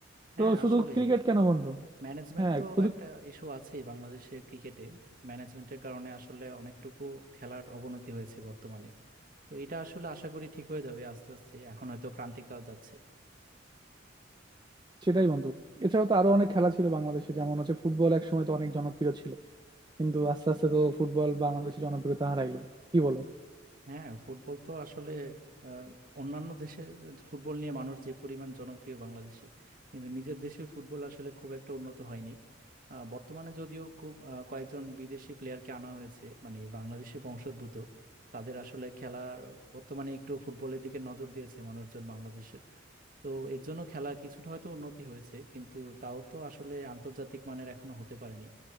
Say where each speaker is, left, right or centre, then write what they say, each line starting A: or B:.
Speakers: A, on the right; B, on the right.
A: হ্যাঁ
B: তো শুধু
A: আসলেই
B: ক্রিকেট কেন বন্ধু
A: ম্যানেজমেন্ট
B: হ্যাঁ
A: তো
B: শুধু
A: একটা ইস্যু আছেই বাংলাদেশের ক্রিকেটে ম্যানেজমেন্টের কারণে আসলে অনেকটুকু খেলার অবনতি হয়েছে বর্তমানে তো এটা আসলে আশা করি ঠিক হয়ে যাবে আস্তে আস্তে এখন হয়তো ক্রান্তিকাল যাচ্ছে
B: সেটাই বন্ধু এছাড়াও তো আরো অনেক খেলা ছিল বাংলাদেশে যেমন হচ্ছে ফুটবল এক সময় তো অনেক জনপ্রিয় ছিল কিন্তু আস্তে আস্তে তো ফুটবল বাংলাদেশে জনপ্রিয়তা হারাইলো কি বলো
A: হ্যাঁ ফুটবল তো আসলে আহ, অন্যান্য দেশের ফুটবল নিয়ে মানুষ যে পরিমাণ জনপ্রিয় বাংলাদেশে কিন্তু নিজের দেশের ফুটবল আসলে খুব একটা উন্নত হয়নি আহ, বর্তমানে যদিও খুব আহ, কয়েকজন বিদেশি প্লেয়ারকে আনা হয়েছে মানে বাংলাদেশি বংশোদ্ভূত তাদের আসলে খেলার বর্তমানে একটু ফুটবলের দিকে নজর দিয়েছে মানুষজন বাংলাদেশের তো এর জন্য খেলা কিছুটা হয়তো উন্নতি হয়েছে কিন্তু তাও তো আসলে আন্তর্জাতিক মানের এখনো হতে পারেনি